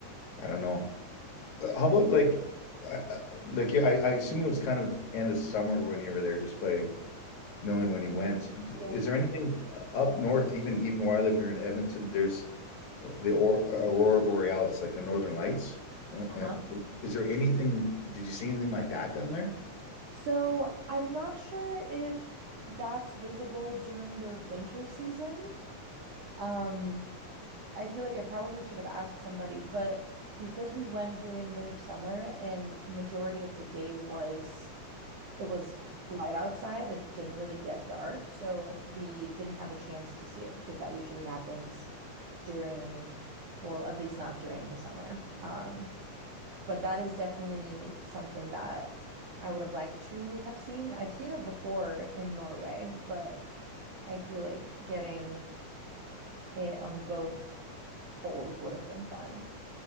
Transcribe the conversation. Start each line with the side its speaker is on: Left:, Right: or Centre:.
Left: I don't know. Uh, How about like, uh, uh, like yeah, I I assume it was kind of end of summer when you were there, just by knowing when he went.
Right: Yeah.
Left: Is there anything uh, up north, even even where I live here in Edmonton, there's uh, the or, Aurora Borealis, like the Northern Lights. Uh,
Right: Uh-huh.
Left: And is there anything, did you see anything like that down there?
Right: So I'm not sure if that's visible during their winter season. Um, I feel like I probably should have asked somebody, but because we went during their summer and majority of the day was it was light outside, it didn't really get dark, so we didn't have a chance to see it because that usually happens during, well, at least not during the summer. Um, but that is definitely something that I would have liked to have seen. I've seen it before in Norway, but I feel like getting it on both poles would have been fun.